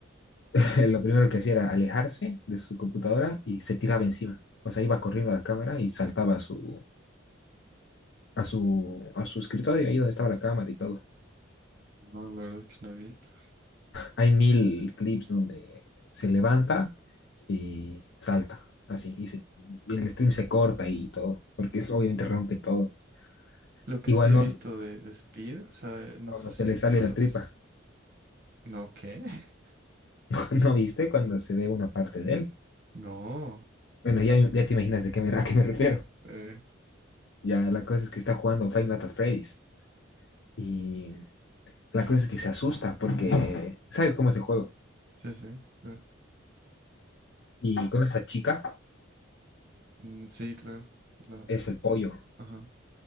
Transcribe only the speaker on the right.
No, la verdad es que no he visto.
Lo que
sí he
visto de, de Speed, sabe, no
sé si
igual
las...
No, ¿qué? <laughs>
No.
Eh,
sí, sí, claro.
Mm, sí, claro. La,
ajá.